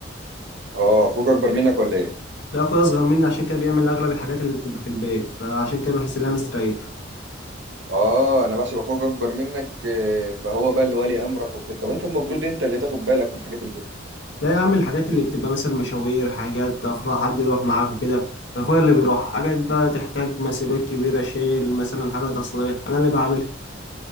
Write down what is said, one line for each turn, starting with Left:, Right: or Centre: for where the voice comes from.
Right: آه أخوك أكبر منك ولا إيه؟
Left: لا اخويا اصغر مني عشان كده بيعمل اغلب الحاجات اللي بتبقى في البيت فعشان كده بحس ان انا مستريح
Right: اه انا بحسب اخوك اكبر منك آه، فهو بقى اللي ولي امرك وكده طب انت المفروض انت اللي تاخد بالك من حاجات البيت
Left: لا يا عم الحاجات اللي بتبقى مثلا مشاوير حاجات افراح حد يروح معاك وكده فاخويا اللي بيروح حاجات بقى تحتاج مسيرات كبيره شيل مثلا حاجه تصليح انا اللي بعملها